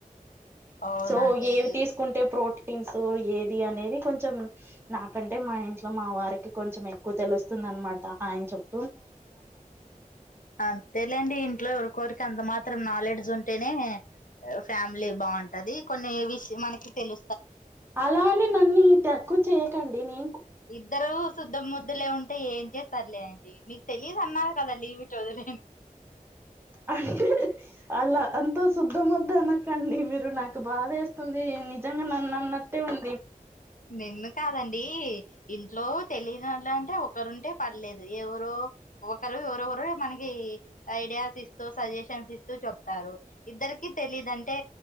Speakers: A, on the left; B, on the right.
A: అవునండి
B: సో ఏవి తీసుకుంటే ప్రోటీన్ టీంసో ఏది అనేది కొంచెం నాకంటే మా ఇంట్లో మా వారికి కొంచెం ఎక్కువ తెలుస్తుంది అనమాట. ఆయన చెప్
A: అంతేలేండి ఇంట్లో ఎవరికొరిక్ కంత మాత్రం నాలెడ్జ్ ఉంటేనే ఫ్యామిలీ బాగుంటది కొన్ని విష్ మనకి తెలు
B: అలానీ నన్నీ తక్కువ చేయ కండిని
A: ఇద్దరు శుద్ద మోద్దులే ఉంటే ఏం చేస్తర్లే అండి మీర్ తెలీదు అన్నారు కదం లీవ్ ఇట్ ఒదిలేన్
B: అంటే అలా అంతో శుద్ధ మొద్దనకండి మీరు నాకు బాధ ఏస్తుంది నిజంగా నన్ను అన్నట్టే ఉం
A: నిన్ను కాదండీ ఇంట్లో తెలినోళ్లంటే ఒకరుంటే పర్లేదు ఎవరో ఒకరు ఎవరోరు మనకి ఐడియాస్ ఇస్తూ సజెషన్స్ ఇస్తూ చెప్తారు. ఇద్దరికి తెలిదంటే